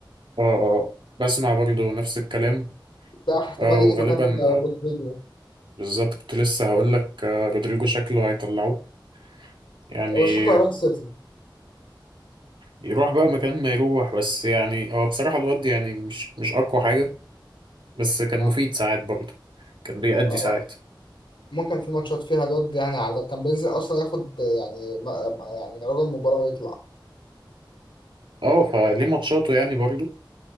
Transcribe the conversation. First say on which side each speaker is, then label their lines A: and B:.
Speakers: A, on the right; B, on the left.
A: اه اه بسمع برضو نفس الكلام
B: ده احتمال
A: اه وغالبا
B: يجي مكان رودريجو
A: بالظبط كنت لسه هقول لك رودريجو شكله هيطلعوه يعني
B: وشكله هيروح السيتي
A: يروح بقى مكان ما يروح بس يعني هو بصراحة الواد يعني مش مش أقوى حاجة بس كان
B: اه
A: مفيد ساعات برضه كان بيأدي
B: اه
A: ساعات
B: ممكن في ماتشات فيها الواد يعني على كان بينزل اصلا ياخد يعني ما- يعني رجل مباراة ويطلع
A: اه فليه ماتشاته يعني برضه